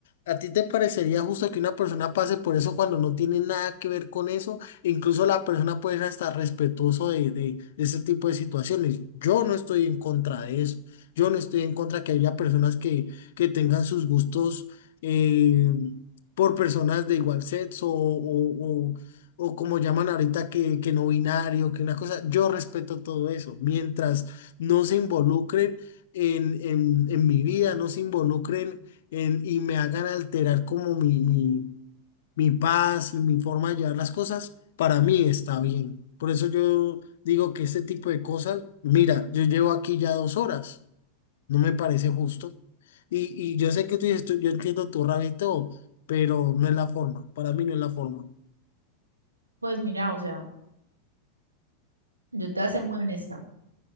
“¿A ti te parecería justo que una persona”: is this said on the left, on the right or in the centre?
Left